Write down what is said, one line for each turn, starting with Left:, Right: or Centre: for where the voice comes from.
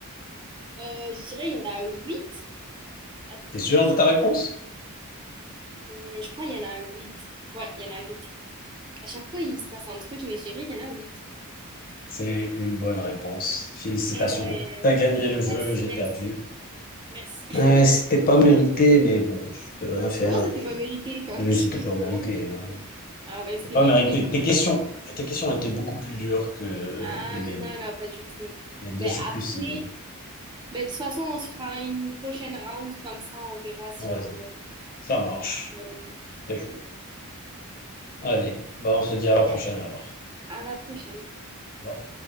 Right: Euh, je dirais, il y en a huit. Attends,
Left: T'es sûr
Right: je,
Left: de ta réponse?
Right: hum, je crois qu'il y en a huit. Ouais, il y en a huit. À chaque fois, il se passe un truc, mais je dirais, il y en a huit.
Left: C'est une bonne réponse. Félicitations.
Right: Eh ouais.
Left: T'as gagné le jeu,
Right: Merci,
Left: j'ai
Right: merci,
Left: perdu.
Right: merci. <laughs>
Left: Euh, c'était pas mérité, mais bon, je peux rien faire.
Right: Comment ça, t'es pas mérité? <laughs>
Left: Mais
Right: Excuse-moi.
Left: c'était pas mérité, hein.
Right: Ah ben, c'est
Left: C'était pas
Right: mérité.
Left: mérité. Tes questions, tes questions étaient beaucoup plus dures que
Right: Ah
Left: les miennes.
Right: non, non, pas du tout.
Left: Et bien
Right: Ben
Left: sûr
Right: après,
Left: que si.
Right: ben, de toute façon, on se fera une prochaine round, comme ça on verra si
Left: Vas-y,
Right: on peut.
Left: ça marche.
Right: la gagner.
Left: Très
Right: C'est
Left: chaud.
Right: bon.
Left: Allez, bah on se dit à la prochaine
Right: Ben,
Left: alors.
Right: à la prochaine.
Left: Au revoir.